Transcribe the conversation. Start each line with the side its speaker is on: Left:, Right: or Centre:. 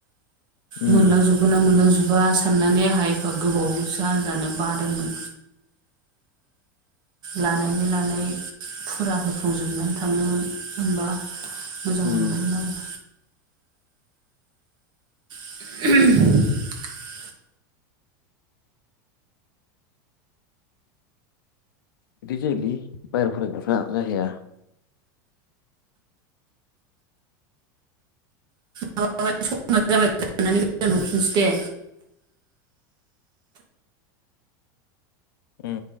Left: उम
Right: मोनलांजोबगोन ना मोनलांजो बा साननानै आंहा एफा गोबाव जाजानो बादोंमोन लानायनि लानाय फुरा होफुंजोबनानै थांनो मोनबा मोजां
Left: उम
Right: मोनगौमोन आरो <inaudible>
Left: बिदि जायालि बायेर फरग्राफोरा जाहैया
Right: माबा सम जाबाय दानना गोदान हरफिनसै दे
Left: उम